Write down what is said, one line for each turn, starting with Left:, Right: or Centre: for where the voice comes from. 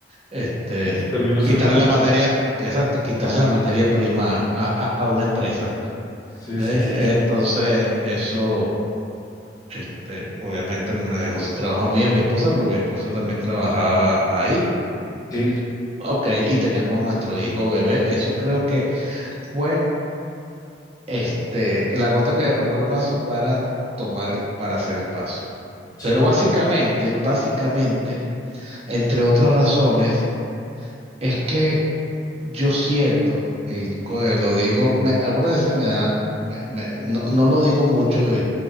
Right: este,
Left: Sí, Pues terminó cerrando.
Right: quitarle la materia, que exacto, quitarle la materia prima a, a- a una empresa. <laughs>
Left: Sí,
Right: Eh,
Left: sí, sí, sí, sí.
Right: entonces, eso, este, obviamente me dejó sin trabajo a mí y a mi esposa, porque mi esposa también trabajaba ahí.
Left: Sí,
Right: Ok,
Left: sí,
Right: y teníamos nuestro hijo bebé. Eso creo que fue, este, la gota que derramó el vaso para tomar el, para hacer el paso.
Left: sí.
Right: Pero básicamente, básicamente, entre otras razones, es que yo siento, y co- eh, lo digo, me, algunas veces me da, me- me- no, no lo digo mucho y,